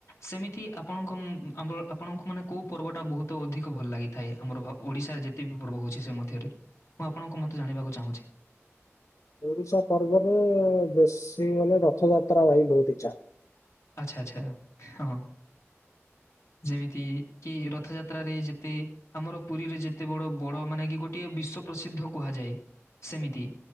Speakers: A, on the left; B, on the left.
A: ସେମିତି ଆପଣଙ୍କ ଆମ ଆପଣଙ୍କୁ ମାନେ କୋଉ ପର୍ବଟା ବହୁତ ଅଧିକ ଭଲ ଲାଗେ? ଥାଏ ଆମର ଓଡ଼ିଶାରେ ଯେତେ ବିି ପର୍ବ ହଉଛି ସେ ମଧ୍ୟରେ ମୁଁ ଆପଣଙ୍କ ମୋତେ ଜାଣିବାକୁ ଚାହୁଁଛି?
B: ଓଡିଶା ପର୍ବରେ ବେଶୀ ଗଲେ ରଥଯାତ୍ରା ଭାଇ ବହୁତ ଇଚ୍ଛା।
A: ଆଚ୍ଛା ଆଚ୍ଛା ହଁ <inaudible> ଯେମିତି କି ରଥଯାତ୍ରାରେ ଯେତେ ଆମର ପୁରୀରେ ଯେତେ ବଡ ବଡ ମାନେ କି ଗୋଟିଏ ବିଶ୍ଵ ପ୍ରସିଦ୍ଧ କୁହାଯାଏ ସେମିତି